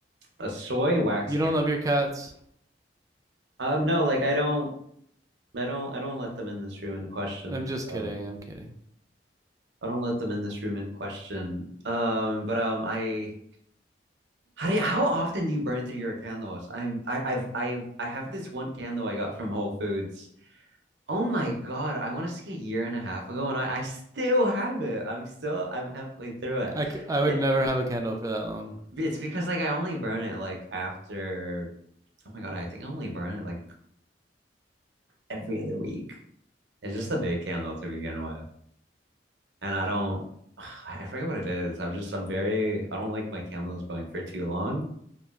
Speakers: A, on the right; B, on the right.
A: a soy wax
B: You
A: candle.
B: don't love your cats?
A: Um, no, like I don't, I don't, I don't let them in this room in question.
B: I'm just
A: So
B: kidding. I'm kidding.
A: I don't let them in this room in question. Um, but um, I How do you, how often do you burn through your candles? I'm I, I've I I have this one candle I got from Whole Foods. Oh my God, I want to say a year and a half ago, and I, I still have it. I'm still I'm halfway through it.
B: I, c- I would
A: It
B: never have a candle for that long.
A: it's because like I only burn it like after oh my God, I think I only burn it like every other week. It's just a big candle to begin with. And I don't <sighs> I forget what it is. I'm just I'm very I don't like my candles going for too long.